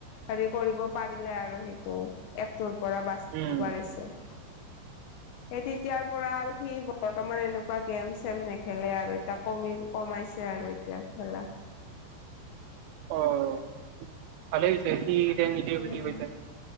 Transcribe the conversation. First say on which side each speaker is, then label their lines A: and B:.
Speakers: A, on the left (about 75°); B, on the right (about 85°).
A: হেৰি কৰিব পাৰিলে আৰু সেইটো এপটোৰ পৰা বাচিব
B: উম
A: পাৰিছে। এতি য়াৰ পৰা আৰু সি বৰ্তমান এনেকুৱা গেম চেম নেখেলে আৰু এতিয়া কমি কমাইছে আৰু। এতিয়া কি খালা?
B: অহ, ভালে হৈছে। সি এতিয়া নিজে
A: উম',
B: বুজি পাইছে